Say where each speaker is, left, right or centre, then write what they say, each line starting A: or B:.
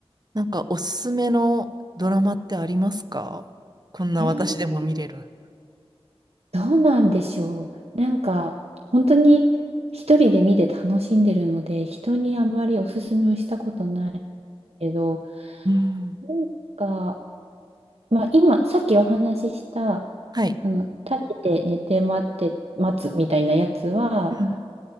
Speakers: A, on the right (about 40°); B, on the right (about 80°).
A: なんかおすすめのドラマってありますかこんな私でも見れる。
B: えーどうなんでしょう。なんか、本当に一人で見て楽しんでるので、人にあまりおすすめをしたことないけど、
A: うん。
B: なんか、まあ今、さっきお話しした、
A: はい。
B: あの、食べて寝て待って待つみたいなやつは、
A: うん。